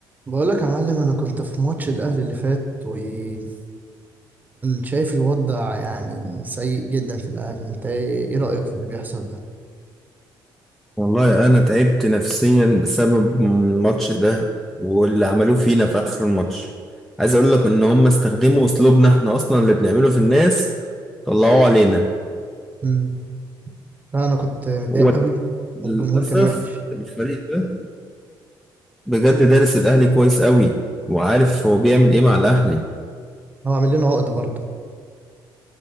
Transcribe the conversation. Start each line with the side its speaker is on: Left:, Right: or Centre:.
Right: بقول لك يا معلم انا كنت في ماتش الاهلي اللي فات وكان شايف الوضع يعني سيء جدا في الاهلي انت ايه إيه رايك في اللي بيحصل ده
Centre: والله أنا تعبت نفسيا بسبب الماتش ده واللي عملوه فينا في آخر الماتش عايز أقول لك إن هم استخدموا أسلوبنا إحنا أصلا اللي بنعمله في الناس طلعوه علينا
Right: امم لا انا كنت متضايق
Centre: هو
Right: قوي
Centre: للأسف
Right: والجمهور كان وحش
Centre: الفريق ده بجد دارس الأهلي كويس قوي وعارف هو بيعمل إيه مع الأهلي
Right: هو عامل لنا عقده برضه